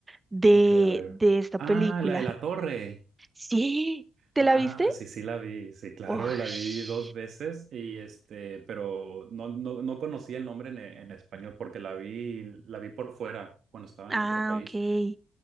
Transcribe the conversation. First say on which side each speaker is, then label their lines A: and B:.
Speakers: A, on the right; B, on the right.
A: de,
B: Ok, a ver.
A: de esta
B: Ah,
A: película.
B: la de la torre.
A: Sí, ¿te
B: Ah,
A: la viste?
B: sí, sí la vi. Sí, claro,
A: Uy.
B: la vi dos veces y este, pero no, no, no conocía el nombre en, en español porque la vi, la vi por fuera cuando estaba
A: Ah,
B: en otro país.
A: ok.